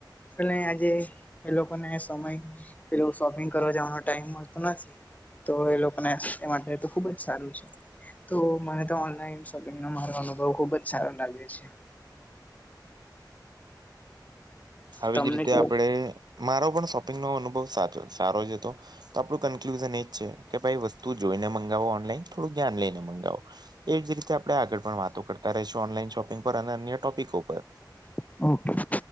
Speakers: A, on the left (about 20°); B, on the right (about 65°).
A: એ આજે એ લોકોને સમય પે શોપિંગ ઘ જવાનો ટાઈમ મળતો નથી તો એ લોકોને એ માટે તો ખુબ જ સારું છે. તો મને તો ઓનલાઈન શોપિંગ નો મારો અનુભવ ખુબ જ સારો લાગે છે.
B: આવી
A: તમને
B: જ રીતે
A: કેવો
B: આપડે મારો પણ શોપિંગ નો અનુભવ સાચો છે. સારો જ તો તો આપણું કન્ક્લુઝન એ કે ભાઈ વસ્તુ જોઈને મંગાવો ઓનલાઈન, થોડું જ્ઞાન લઈને મંગાવો. એ જ રીતે આપણે આગળ પણ વાતો કરતા રહીશું ઓનલાઈન શોપિંગ પર અને અન્ય ટોપિકો પર.
A: ઓકે.